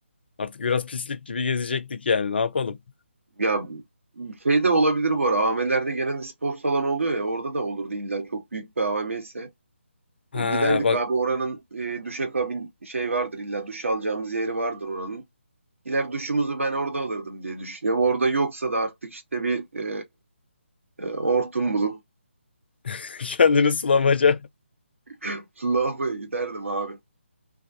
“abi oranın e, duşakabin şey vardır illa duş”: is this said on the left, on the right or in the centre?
Right